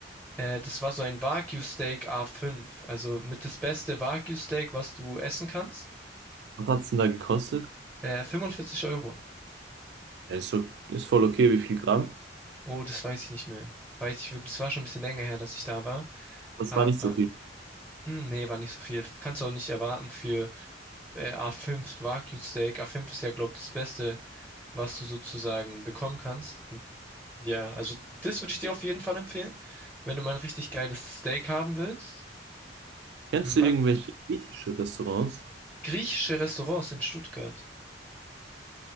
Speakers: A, in the centre; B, on the right.
A: Äh, das war so ein Wagyu-Steak A5, also mit das beste Wagyu-Steak, was du essen kannst.
B: Was hat es denn da gekostet?
A: Äh, 45 Euro.
B: Ja, ist, so, ist voll okay, wie viel Gramm?
A: Oh, das weiß ich nicht mehr. Weiß ich wirklich, das war schon ein bisschen länger her, dass ich da war.
B: Das
A: Aber,
B: war nicht so viel.
A: hm, nee, war nicht so viel. Kannst du auch nicht erwarten für äh, A5 Wagyu-Steak. A5 ist ja, glaube ich, das Beste, was du sozusagen bekommen kannst. Ja, also das würde ich dir auf jeden Fall empfehlen, wenn du mal ein richtig geiles Steak haben willst.
B: Kennst
A: Hm,
B: du
A: wa-
B: irgendwelche griechische Restaurants?
A: griechische Restaurants in Stuttgart.